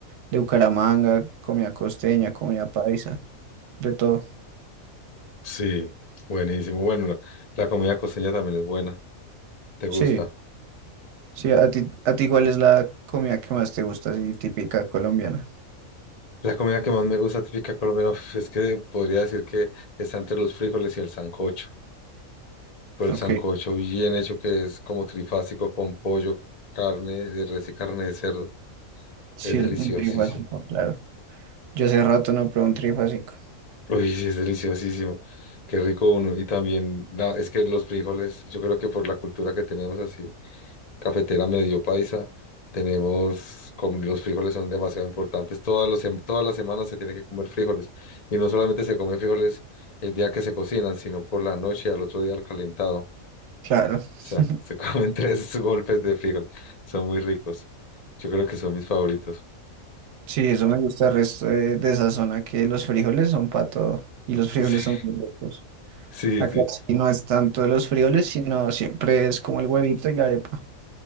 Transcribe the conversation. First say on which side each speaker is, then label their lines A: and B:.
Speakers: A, on the right; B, on the left.
A: de Bucaramanga, comida costeña, comida paisa, de todo.
B: sí, buenísimo. Bueno, la, la comida costeña también es buena, ¿te gusta?
A: Sí, sí, a ti, a ti ¿cuál es la comida que más te gusta, así típica colombiana?
B: La comida que más me gusta típica colombiana uf, es que podría decir que está entre los frijoles y el sancocho. Pero
A: Ok,
B: el sancocho bien hecho que es como trifásico con pollo, carne de res y carne de cerdo.
A: sí,
B: Es
A: el
B: deliciosísimo.
A: un trifásico, claro. Yo hace rato no pruebo un trifásico.
B: Uy, sí, es deliciosísimo. Qué rico uno. Y también la- es que los frijoles, yo creo que por la cultura que tenemos así, cafetera medio paisa, tenemos, como los frijoles son demasiado importantes. Todas los, sem- todas las semanas se tiene que comer frijoles. Y no solamente se come frijoles el día que se cocinan, sino por la noche, al otro día al calentado.
A: Claro.
B: sea,
A: <laughs>
B: se comen <laughs> tres golpes de frijol. Son muy ricos. Yo creo que son mis favoritos.
A: Sí, eso me gusta el resto de, de esa zona, que los frijoles son para todo y los frijoles
B: <laughs>
A: son muy ricos.
B: Sí,
A: Acá
B: sí, sí.
A: sí no es tanto de los frijoles, sino siempre es como el huevito y la arepa